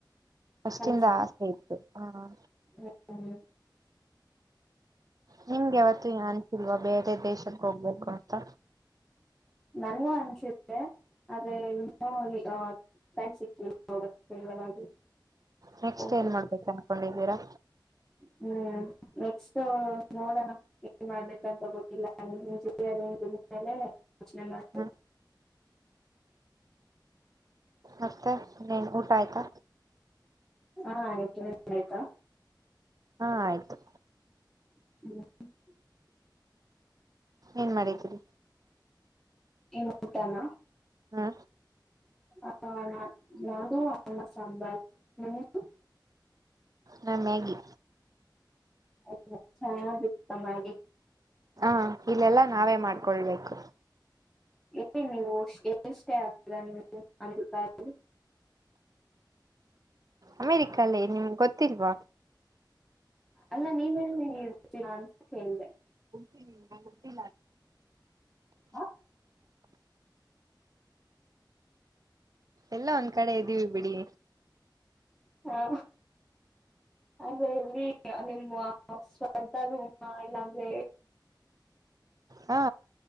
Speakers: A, on the right; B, in the centre.
A: ಪಷ್ಟಿಂದ
B: ಕನ್ಸ
A: ಆಸೆ ಇತ್ತ ಹ
B: <unintelligible>
A: ನಿಂಗ ಯವತ್ತು ಏನಾಗಿಲ್ವಾ ಬೇರೆ ದೇಶಕ ಹೋಗ್ಬೇಕು ಅಂತ.
B: ನಂಗೆ ಅನ್ಸುತ್ತೆ ಆದ್ರೆ ಇನ್ನ ಆ <unintelligible>
A: ನೆಕ್ಸ್ಟ್
B: ಹೋಗ್ಬೇಕು
A: ಏನ್ ಮಾಡ್ಬೇಕ ಅನ್ಕೊಂಡಿದ್ದೀರಾ.
B: ಹ್ಮ ನೆಕ್ಸ್ಟ್ ನೋಡೋಣ. ಏನ್ ಮಾಡ್ಬೇಕಂತ ಗೊತ್ತಿಲ್ಲ <unintelligible> ಯೋಚನೆ ಮಾಡ್ಬೇಕು.
A: ಹ್ಮ್ ಮತ್ತೆ ಏನ್ ಊಟ ಆಯ್ತಾ.
B: ಹಾ ಆಯ್ತು ನಿಮ್ದ ಆಯ್ತಾ.
A: ಹಾ ಆಯ್ತು.
B: <unintelligible>
A: ಏನ್ ಮಾಡಿದ್ದೀರಿ.
B: ಏನ್ ಉಟಾನ
A: ಹಾ
B: <unintelligible>
A: ನಾ ಮ್ಯಾಗಿ
B: ಆಯ್ತು ಚೆನ್ನಾಗಿತ್ತ ಮ್ಯಾಗಿ.
A: ಹ ಇಲ್ಲೆಲ್ಲಾ ನಾವೇ ಮಾಡ್ಕೊಳ್ಬೇಕು.
B: ಏ ನೀವು <unintelligible>
A: ಅಮೇರಿಕ ಅಲ್ಲೇ ನಿಮ್ಗ ಗೊತ್ತಿಲ್ವಾ.
B: ಅಲ್ಲ ನೀವೇಲ್ಲಿ ಇರ್ತೀರ ಅಂತ ಕೇಳದೆ.
A: <unintelligible>
B: ಆ
A: ಎಲ್ಲ ಒಂದ ಕಡೆ ಇದ್ದೀವಿ ಬಿಡಿ.
B: ಹಾ ಅಂದ್ರೆ ಇಲ್ಲಿ ನಿಮ್ಮ ಸ್ವಂತ ರೂಮ ಇಲ್ಲಾಂದ್ರೆ
A: ಹಾ